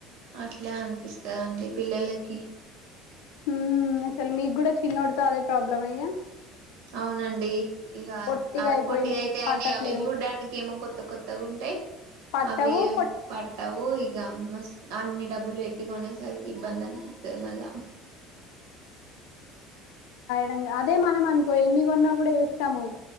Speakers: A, on the right; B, on the left.
A: అట్లా అనిపిస్తదా అండి పిల్లలకి
B: మ్మ్ అసలు మీగ్ గుడా చిన్ అబ్డు తదే ప్రాబ్లమేగా
A: అవునండి ఇగా
B: పొట్టిగా
A: అవి
B: అయిపోయినాయి
A: పొట్టిగా అయితే అన్ని
B: పట్టట్లేవు
A: అవి చూడ్డానికి ఎమో కొత్త కొత్తగ్ ఉంటై
B: పట్టవు
A: అవి
B: పొట్
A: పట్టవు ఇగ మస్ అన్ని డబ్బులు బెట్టి కొనెసరికి ఇబ్బంది అన్పిత్తది మళ్ళా
B: రంగా అదే మనం అన్కో ఎన్ని గొన్నా గుడ ఏస్తాము